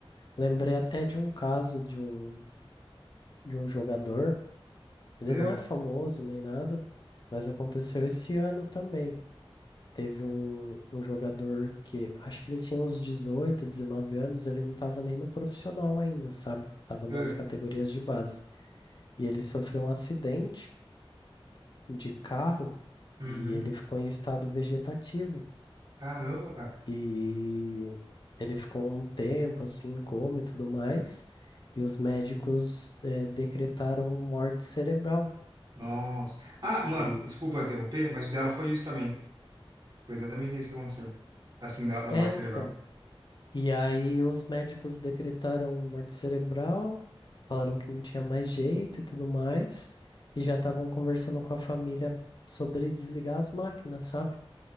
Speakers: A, on the left; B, on the right.
A: Lembrei até de um caso de um, de um jogador, ele
B: É.
A: não é famoso nem nada, mas aconteceu esse ano também. Teve um, um jogador que acho que ele tinha uns 18, 19 anos, ele não estava nem no profissional ainda, sabe? Tava nas
B: É.
A: categorias de base. E ele sofreu um acidente de carro
B: Uhum.
A: e ele ficou em estado vegetativo.
B: Caramba, cara.
A: E ele ficou um tempo assim, em coma e tudo mais. E os médicos eh, decretaram morte cerebral.
B: Nossa. Ah,
A: E
B: mano, desculpa interromper, mas o dela foi isso também. Foi exatamente isso que aconteceu. Assim, da, da
A: é,
B: morte
A: então.
B: cerebral.
A: E aí os médicos decretaram morte cerebral, falaram que não tinha mais jeito e tudo mais. E já estavam conversando com a família sobre desligar as máquinas, sabe?